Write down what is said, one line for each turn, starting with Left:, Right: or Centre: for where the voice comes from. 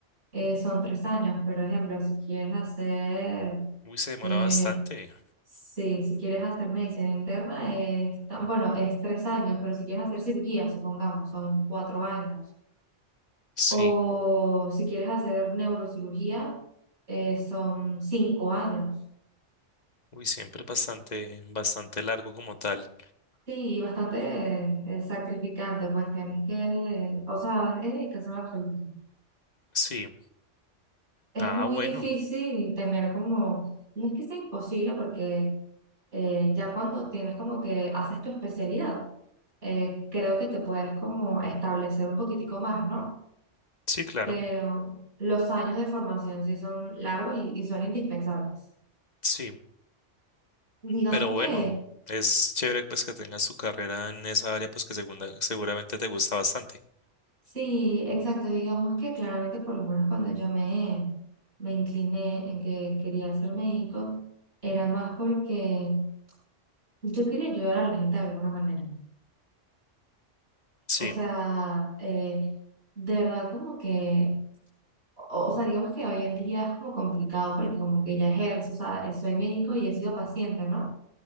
Right: eh, son tres años, pero ejemplo, si quieres hacer,
Left: Uy, se demora
Right: eh,
Left: bastante,
Right: sí, si quieres hacer medicina interna, es tan- bueno, es tres años, pero si quieres hacer cirugía, supongamos, son cuatro años.
Left: sí.
Right: O si quieres hacer neurocirugía, eh, son cinco años.
Left: Uy, siempre es bastante, bastante largo como tal.
Right: Sí, y bastante eh, eh, sacrificante, pues tienes que, eh, o sea, es dedicación absoluta.
Left: Sí.
Right: Es
Left: Ah,
Right: muy
Left: bueno.
Right: difícil tener como, no es que sea imposible, porque eh, ya cuando tienes como que haces tu especialidad, eh, creo que te puedes como establecer un poquitico más, ¿no?
Left: Sí, claro.
Right: Pero los años de formación sí son largos y y son indispensables.
Left: Sí.
Right: Digamos
Left: Pero bueno,
Right: que
Left: es chévere pues que tengas tu carrera en esa área pues que segunda- seguramente te gusta bastante.
Right: Sí, exacto. Digamos que claramente, por lo menos cuando yo me, me incliné en que quería ser médico, era más porque yo quería ayudar a la gente de alguna manera.
Left: Sí,
Right: O sea, eh, de verdad como que, o, o sea, digamos que hoy en día es como complicado porque como que ya ejerzo, o sea, eh, soy médico y he sido paciente, ¿no?